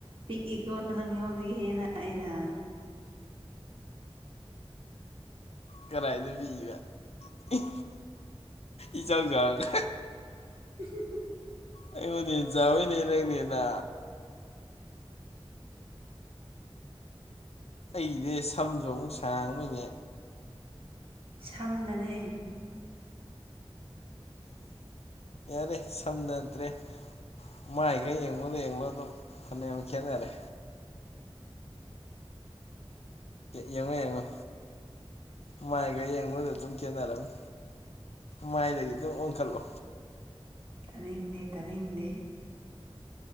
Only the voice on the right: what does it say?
ꯄꯤꯛꯏꯀꯣ ꯅꯪ ꯌꯣꯟꯒꯦ ꯍꯦꯟꯅ ꯑꯩꯅ
<inaudible>
ꯁꯝꯅꯅꯦ
ꯇꯅꯤꯡꯗꯦ ꯇꯅꯤꯡꯗꯦ